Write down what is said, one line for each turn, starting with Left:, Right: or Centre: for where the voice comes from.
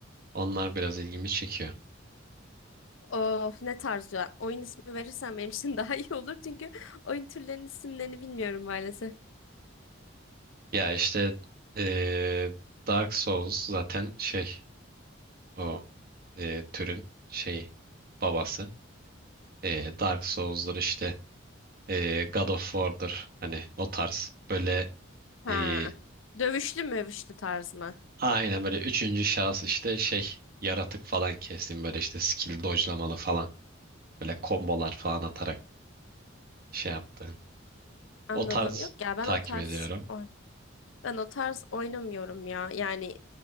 Right: Onlar biraz ilgimi çekiyor.
Left: Of ne tarz ya? Oyun ismi verirsen benim için <laughs> daha iyi olur çünkü oyun türlerinin isimlerini bilmiyorum maalesef.
Right: Ya işte eee, Dark Souls zaten şey o eee, türün şeyi babası. Eee, Dark Souls'lar işte eee, God of War'dır hani o tarz böyle
Left: Ha.
Right: e,
Left: Dövüşlü mövüşlü tarz mı?
Right: Aynen böyle üçüncü şahıs işte şey yaratık falan kestim böyle işte skill dodge'lamalı falan böyle kombolar falan atarak şey yaptığın.
Left: Anladım.
Right: O tarz
Left: Yok ya ben
Right: takip
Left: o tarz
Right: ediyorum.
Left: oy- ben o tarz oynamıyorum ya. Yani